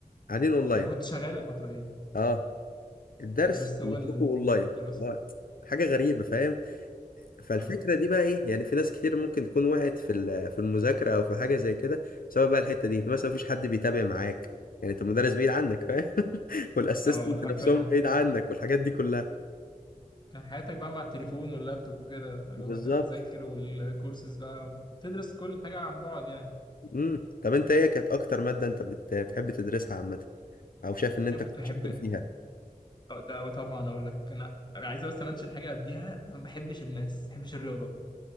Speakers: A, on the left (about 75°); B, on the left (about 30°).
A: قاعدين أونلاين
B: أنا كنت شغال الفترة دي
A: أه الدرس
B: بس هو
A: نشوفه
B: الدراسة
A: أونلاين آه، حاجة غريبة فاهم فالفكرة
B: آه.
A: دي بقى ايه يعني في ناس كتير ممكن تكون وقعت في ال- في المذاكرة او في حاجة زي كده سواء بقى الحتة دي مثلا مفيش حد بيتابع معاك يعني انت المدرس بعيد عنك فاهم <laughs> والاسيستنت
B: اه حرفيا
A: نفسهم بعيد عنك والحاجات دي كلها
B: كان حياتك بقى مع التليفون واللابتوب وكده لو
A: بالظبط
B: انت بتذاكر والكورسز بقى وتدرس كل حاجة عن بعد يعني
A: امم طب انت ايه كانت اكتر مادة انت بت- بتحب تدرسها عامة او شايف ان انت
B: انا كنت
A: كنت
B: بحب
A: شاطر فيها
B: اه ده أو طبعا اقول لك انا انا عايز بس امنشن حاجة قبليها انا ما بحبش الماس ما بحبش الرياضة